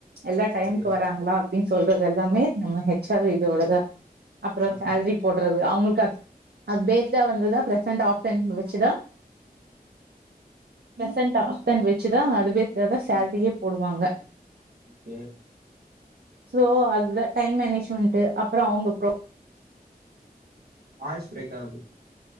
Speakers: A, on the right; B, on the right.
A: எல்லா டைம்க்கு
B: ஓகே
A: வர்றாங்ளா அப்டின் சொல்றது எல்லாமே நம்ம ஹெச் ஆரே இவ்ளோ தா அப்றோ
B: ஆ
A: சேல்ரி போட் அவுங்களுக்கு அத் அப்டேட்டா வந்ததா பிரசன்ட் ஆப்ஷன் வச்சுதா பிரசன்ட் டாப் டென் வச்சுதா அதுவேத் தாத சேல்ரியே
B: ம்
A: போடுவாங்க
B: ஓகே
A: சோ அதுதா டைம் மேனேஜ்மெண்ட் அப்றோ அவுங்க ப்ரொ
B: வாய்ஸ் ப்ரேக் ஆகுது